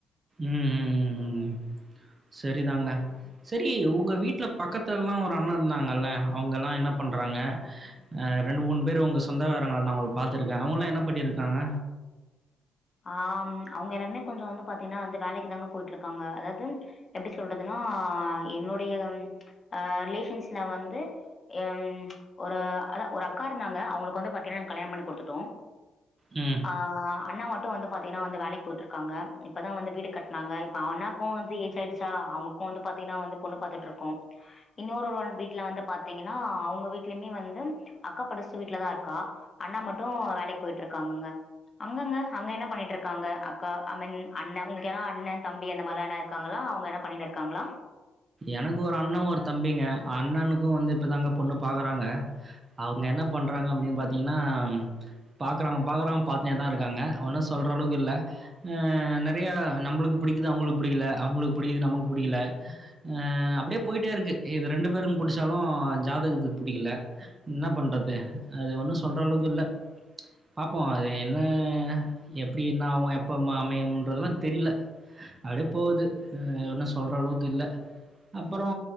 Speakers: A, on the right; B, on the left.
A: ம் ம் ம் ம் ம் செரிதாங்க செரி உங்க வீட்ல பக்கத்தல்லா ஒரு அண்ண இருந்தாங்கல அவுங்கல்லா என்ன பண்றாங்க ஆ ரெண்டு மூண் பேரு உங்க சொந்தகாரங்கள்லா அவுங்கள பாத்துருக்கே அவுங்கல்லா என்ன பண்ணிருக்காங்க
B: ஆம் அவுங்க எல்லாருமே கொஞ்சோ வந்து பாத்தீன்னா அந்த வேலைக்கு தாங்க போயிட்டுருக்காங்க அதாது எப்டி சொல்றதுன்னா அ என்னுடையம் அ ரிலேஷன்ஸ்ல வந்து ம் ஒரு அதா ஒரு அக்கா இருந்தாங்க அவங்களுக்கு வந்து பாத்தீன்னா நாங் கல்யாண் பண்ணி குடுத்துட்டோ
A: ம்
B: ஆ அண்ணா மார் க்கு வந்து பாத்தீங்கன்னா அந்த வேலைக்கு போயிட்டுருக்காங்க இப்பதா வந்து வீடு கட்னாங்க இப்ப அண்ணாக்கூ வந்து ஏஜ் ஆயிடுச்சா அவுங்க க்கூ வந்து பாத்தீங்கன்னா வந்து பொண்ணு பாத்துட்ருக்கோ இன்னொரு ஒருவன் வீட்ல வந்து பாத்தீங்கன்னா அவுங்க வீட்லைமே வந்து அக்கா பக்கசு வீட்லதா இருக்கா அண்ணா மட்டு வேலைக்கு போயிட்ருக்காங்கங்க ஆமாங்க அவங்க என்ன பண்ணிட்ருக்காங்க அக்கா அ மீன் அண்ண உங்களுக்கு ஏனா அண்ண தம்பி அந்த மார்லா எதனா இருக்காங்களா அவங்க என்ன பண்ணினு இருக்காங்களா
A: எனக்கு ஒரு அண்ண ஒரு தம்பிங்க அண்ணனுக்கு வந்து இப்ப தாங்க பொண்ணு பாக்கறாங்க அவங்க என்ன பண்றாங்க அப்டின் பாத்தீங்கன்னா பாக்றாங்க பாகறாங் பாத்துனே தா இருக்காங்க ஒன்னு சொல்ற அளவுக்கு இல்ல ஆ நெறைய நம்ளுக்கு புடிக்குது அவங்களுக்கு புடிக்கல அவங்களுக்கு புடிக்குது நமக்கு புடிக்கல அ அப்டியே போயிட்டே இருக்கு இது ரெண்டு பேருக்கு புடிச்சாலு ஜாதகத்துக்கு புடிக்கல என்ன பண்டது அது ஒன்னு சொல்ற அளவுக்கு இல்ல பாப்போ அது என்ன எப்டி என்ன ஆவு எப்பமா அமையும்ன்றதெல்லா தெரியல அப்டியே போகுது அ ஒன்னு சொல்ற அளவுக்கு இல்ல அப்பறோ